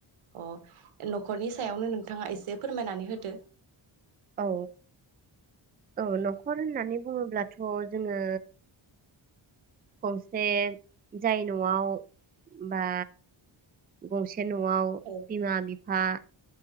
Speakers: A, on the right; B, on the right.
A: अ नखरनि सायावनो नोंथाङा एसे फोरमायनानै होदो
B: औ औ नखर होननानै बुङोब्लाथ जोङो गंसे जाय नआव बा गंसे नआव
A: औ
B: बिमा बि फा